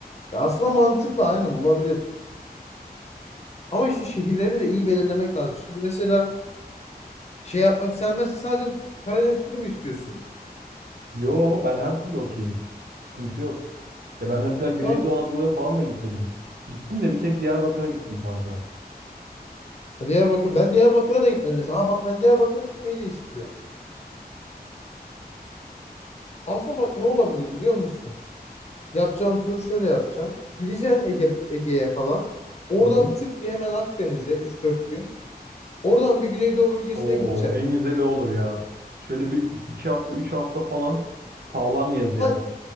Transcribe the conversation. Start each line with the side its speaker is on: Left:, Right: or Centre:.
Left: Aslında mantıklı aynen olabilir. Ama işte şehirleri de iyi belirlemek lazım. Şimdi mesela şey yapmak sen mesela sadece Karadeniz turu mu istiyorsun?
Right: Yo ben her türlü okuyayım. Sıkıntı yok. Ya ben mesela Güneydoğu
Left: Kanka
Right: Anadolu'ya falan da gitmedim. Gittim de bir tek Diyarbakır'a gittim kanka.
Left: Diyarbakır. Ben Diyarbakır'a da gitmedim mesela. Aa bak ben Diyarbakır'a gitmeyi de istiyorum. Aslında bak ne olabilir biliyor musun? Yapacağın turu şöyle yapacaksın. Gideceksin Ege, Ege'ye falan. Oradan
Right: Hı hı.
Left: tık bir hemen Akdeniz'e üç dört gün. Oradan bir Güneydoğu bölgesine
Right: Oo,
Left: gideceksin.
Right: en güzeli olur ya. Şöyle bir iki hafta, üç hafta falan sağlam gezeceksin.
Left: Ha,